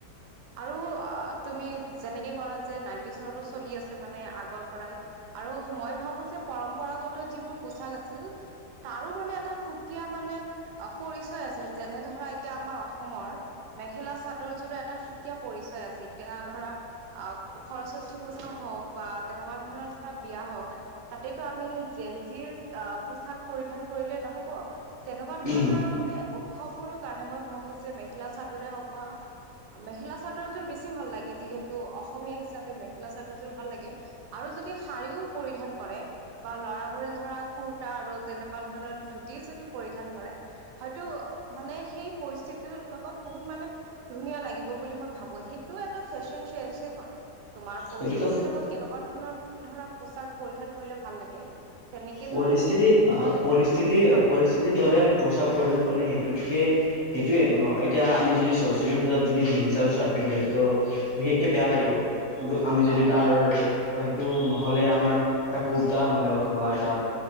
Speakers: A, on the right (about 80°); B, on the right (about 25°).
A: আৰু আ তুমি যেনেকে কৰা যে, নাইনটিচৰো চলি আছে মানে আগৰ পৰাই। আৰু মই ভাবো যে পৰম্পৰাগত যিবোৰ পোচাক আছিল তাৰো মানে এটা সুকীয়া। মানে পৰিচয় আছে যেনে ধৰা, এতিয়া আমাৰ অসমৰ মেখেলা-চাদৰযোৰা এটা সুকীয়া পৰিচয় আছে এতিয়া ধৰা আহ সৰস্বতী পূজা হওক। <unintelligible> বা তেনেকুৱা ধৰণৰ ধৰা বিয়া হ‌ওক তাতেইটো আমি জেঞ্জিৰ পোছাক পৰিধান <unintelligible> কৰিলে নহব তেনেকুৱা ধৰণৰ
B: উম
A: মানে উৎসৱবোৰৰ কাৰণে মই ভাবো যে মেখেলা-চাদৰ <unintelligible> তোৰে হওক পা <unintelligible> মেখেলা চাদৰযোৰ বেছি ভাল লাগে যিহেতু অসমীয়া হিচাপে মেখেলা চাদৰযোৰ ভাল লাগে আৰু যদিও শাৰিও পৰিধান কৰে বা ল'ৰাবোৰে ধৰা কোৰ্টা আৰু তেনেকুৱা ধৰণৰ ধুতি যদি পৰিধান কৰে হয়তো মানে সেই পৰিস্থিতিৰ লগত বহুত মানে ধুনীয়া লাগিব বুলি মই ভাবো সেইটোও এটা ফেশ্বন চেস হয় তোমাৰ পৰিস্থিতিৰ
B: সেইটোতো
A: লগত কেনেকুৱা ধৰণৰ ধৰা পোচাক পৰিধান কৰিলে ভাল লাগে তেনেকে
B: পৰিস্থিতি
A: ধৰে
B: আহ
A: ধৰণে
B: পৰিস্থিতিৰ-পৰিস্থিতিৰ
A: যদি হয় হয়
B: দৰে পোচাক পৰিধান কৰিলে সেইটোকে <unintelligible> সেইটোৱেইটো ন এতিয়া আমি যদি সৰস্বতী পূজাত যদি জিন্ছ আৰু চাৰ্ট পিন্ধো সেইটোতো বিশেষকৈ বেয়া লাগিব। আমি যদি
A: অ
B: তাৰ
A: অ
B: সেইটো নহ'লে আমাৰ কুৰ্তা নহ'লে অথবা <unintelligible> এটা